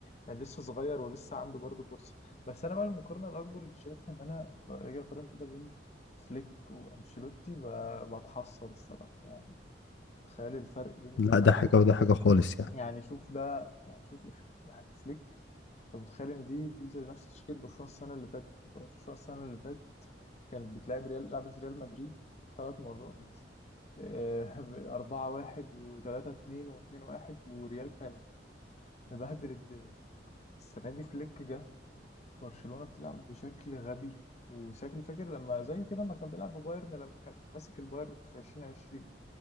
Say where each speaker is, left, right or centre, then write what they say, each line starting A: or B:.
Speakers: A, on the left; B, on the left.
A: يعني لسه صغير ولسه عنده برضه فرصه بس انا بقى المقارنه الاكبر اللي شايفها ان انا راجع اقارن كده بين فليك وانشيلوتي ب- بتحسر الصراحه يعني تخيل الفرق بين الاثنين
B: لا ده حاجه وده حاجه خالص يعني
A: يعني شوف ده يعني شوف يعني فليك انت متخيل ان دي دي زي نفس تشكيله برشلونه السنه اللي فاتت برشلونه السنه اللي فاتت كانت بتلعب ريال لعبت ريال مدريد ثلاث مرات <laughs> أربعة واحد وثلاثة اتنين واتنين واحد وريال كان مبهدل الدنيا السنة دي فليك جه برشلونة بتلعب بشكل غبي وشكل فاكر لما زي كده ما كان بيلعب ببايرن لما كان ماسك البايرن في 2020